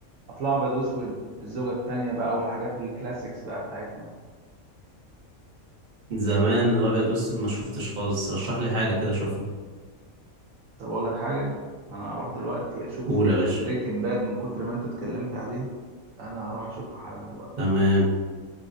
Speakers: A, on the right (about 70°); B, on the right (about 40°).
A: افلام ابيض واسود الزوجه التانية بقى والحاجات الكلاسيكس بقى بتاعتنا
B: زمان الابيض والاسود ما شفتش خالص رشح لي حاجه كده اشوفها
A: طب اقول لك حاجه انا هروح دلوقتي اشوف
B: قول يا باشا
A: بريكنج باد من كتر ما انت اتكلمت عليه انا هروح اشوفه حالا دلوقتي
B: تمام